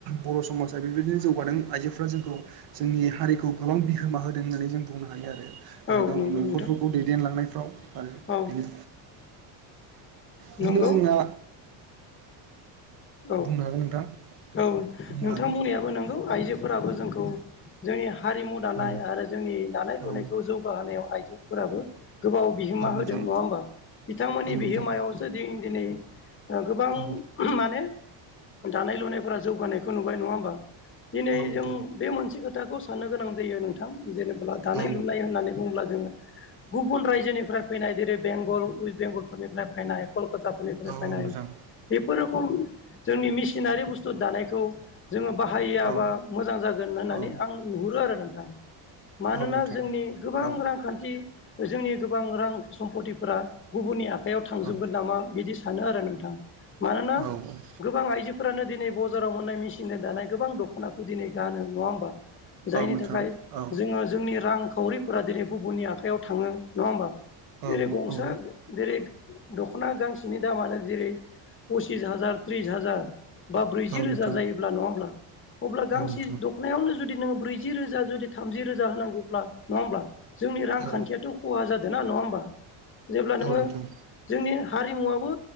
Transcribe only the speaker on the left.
औ
नंगौ
नोंथां
औ
नंगौ
औ
औ
नोंथां
बुंनायाबो नंगौ आइजोफोराबो जोंखौ जोंनि हारिमु दानाय
आरो जोंनि दानाय लुनायखौ
जौगाहोनायाव आइ जोफोराबो गोबाव बिहोमा
होदों नङा होमबा बिथांमोननि
बिहोमायावसो दि दिनै गोबां
माने दानाय लुनायफोरा जौगानायखौ नुबाय नङा होमबा दिनै
जों बे मोनसे खोथाखौ साननो गोनां जायो नोंथां जेनेबा दानाय
लुनाय होननानै बुङोब्ला जोङो गुबुन रायजोनिफ्राय फैनाय जेरै बेंगल वेस्ट बेंगलफोरनिफ्राय फैनाय कलकाताफोरनिफ्राय
फैनाय
बेफोर रोखोम जोंनि मेसिनारि बुस्थु दानायखौ जोङो बाहायाबा
मोजां जागोन होननानै
आं नुहुरो आरो नोंथां मानोना
जोंनि गोबां
रांखान्थि जोंनि गोबां रां सम्पथिफोरा गुबुननि आखाइयाव थांजोबगोन
नामा बिदि सानो आरो नोंथां। मानोना
गोबां आइजोफोरानो दिनै बजाराव मोननाय मेसिनजों दानाय गोबां दखनाखौ दिनै गानो नङा होमबा जायनि
थाखाय
जोङो जोंनि रांखावरिफोरा दिनै गुबुननि आखायाव याव थाङो नङा होमबा
जेरै गंसा
जेरै दख'ना गांसेनि दामानो जेरै पसिस हाजार थ्रिस हाजार बा ब्रैजि
रोजा
जायोब्ला नङाब्ला अब्ला गांसे
दख'नायावनो जुदि नोङो ब्रैजि रोजा थामजि रोजा होनांगौब्ला नङाहोब्ला जोंनि रांखान्थियाथ
खहा जादों दो ना नङा होमबा जेब्ला नोङो
जोंनि हारिमुवाबो